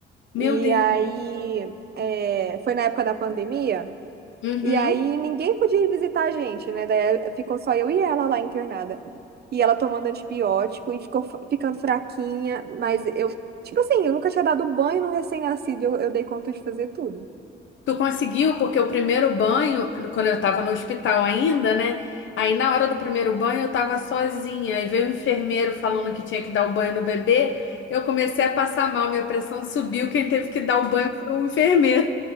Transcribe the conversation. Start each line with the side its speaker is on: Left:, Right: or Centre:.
Left: meu
Right: E
Left: Deus.
Right: aí, é, foi na época da pandemia,
Left: Uhum.
Right: e aí ninguém podia ir visitar a gente, né? Daí eh, ficou só eu e ela lá internada. E ela tomando antibiótico e ficou fa- ficando fraquinha, mas eu, tipo assim, eu nunca tinha dado banho no recém-nascido, eu, eu dei conta de fazer tudo.
Left: Tu conseguiu, porque o primeiro banho, quando eu tava no hospital ainda, né? Aí na hora do primeiro banho eu tava sozinha. Aí veio o enfermeiro falando que tinha que dar o banho no bebê. Eu comecei a passar mal, minha pressão subiu. Quem teve que dar o banho foi o enfermeiro.